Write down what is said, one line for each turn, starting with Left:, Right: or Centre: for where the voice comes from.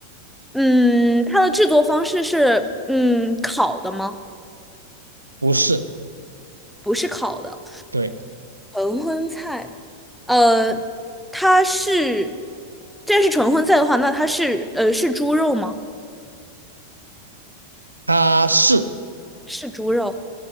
Centre: 嗯，它的制作方式是嗯烤的吗？
Right: 不是，
Centre: 不是烤的，
Right: 对，
Centre: 纯荤菜。呃，它是，这是纯荤菜的话，那它是呃是猪肉吗？
Right: 它是，
Centre: 是猪肉。